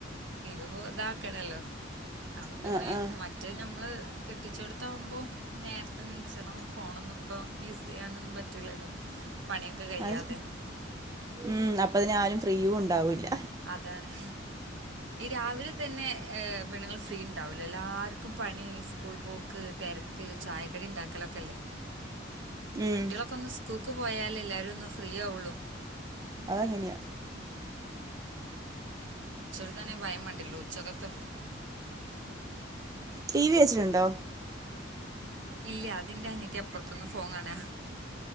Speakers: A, on the right; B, on the right.
A: ഇത് ഇതാക്കടല്ലോ അപ്പൊ പിന്നെ
B: ആ ആ
A: മറ്റേ ഞമ്മള്.. കെട്ടിച്ചെടുത്തകുമ്പോൾ നേരത്തെ നീച്ചണം ഫോണൊന്നും ഇപ്പോൾ യൂസ് ചെയ്യാനൊന്നും പറ്റില്ലല്ലോ. പണിയൊക്കെ കഴിയാതെ.
B: അത് ശ- ഉം അപ്പ അതിന ആരും ഫ്രീവും ഉണ്ടാവൂല്ല.
A: അതാണ് ഈ രാവിലെ തന്നെ പെണ്ണുങ്ങൾഫ്രീ ഉണ്ടാവൂല എല്ലാർക്കും പണി സ്കൂൾ പോക്ക്.. തിരക്ക് ചായക്കടി ഉണ്ടാക്കൽ ഒക്കെ അല്ലേ
B: ഉം
A: കുട്ടികൊന്ന്സ്കൂൾക് പോയാൽ എല്ലാരും. ഒന്ന് ഫ്രീ ആവുള്ളൂ.
B: അങ്ങനെ യാ.
A: അതന്നെ ഭയം വേണ്ടല്ലോ ഉച്ചകത്ത്.
B: ടി വി വെച്ചിട്ടുണ്ടോ.
A: ഇല്ല അതിറെ അനിയത്തി അപ്പുറത്തൊന് ഫോൺ കാണാ.